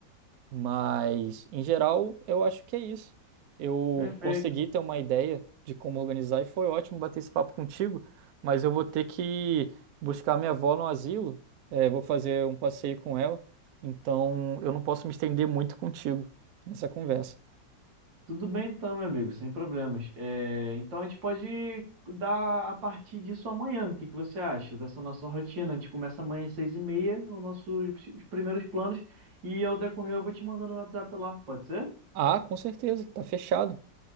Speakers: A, on the right; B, on the right.
A: Mas, em geral, eu acho que é isso. Eu
B: Perfeito.
A: consegui ter uma ideia de como organizar e foi ótimo bater esse papo contigo, mas eu vou ter que buscar minha avó no asilo, é, vou fazer um passeio com ela, então eu não posso me estender muito contigo nessa conversa.
B: Tudo bem então, meu amigo, sem problemas. É, então a gente pode dar a partir disso amanhã. O que que você acha dessa nossa rotina? A gente começa amanhã às seis e meia, os nossos os primeiros planos, e ao decorrer eu vou te mandando no WhatsApp lá, pode ser?
A: Ah, com certeza, tá fechado.